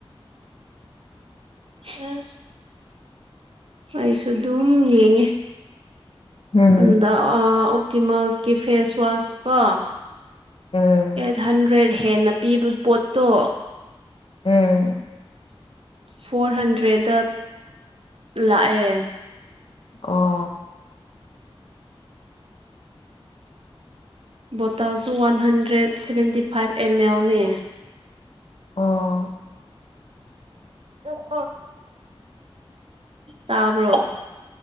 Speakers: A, on the right; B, on the left.
A: ꯎꯝ ꯑꯩꯁꯨ ꯑꯗꯨꯝ ꯌꯦꯡꯉꯦ
B: ꯎꯝ
A: ꯑꯗ ꯑꯣꯞꯇꯤꯃꯜꯁꯀꯤ ꯐꯦꯁ ꯋꯥꯁ ꯀꯣ
B: ꯎꯝ
A: ꯑꯦꯠ ꯍꯟꯗ꯭ꯔꯦꯗ ꯍꯦꯟꯅ ꯄꯤꯕ ꯄꯣꯠꯇꯣ
B: ꯎꯝ
A: ꯐꯣꯔ ꯍꯟꯗ꯭ꯔꯦꯗꯇ ꯂꯥꯛꯑꯦ
B: ꯑꯣ
A: ꯕꯣꯇꯥꯜꯁꯨ one hundred seventy five M ꯑꯦꯜꯅꯦ
B: ꯑꯣ
A: ꯑꯣ ꯑꯣ ꯇꯥꯕ꯭ꯔꯣ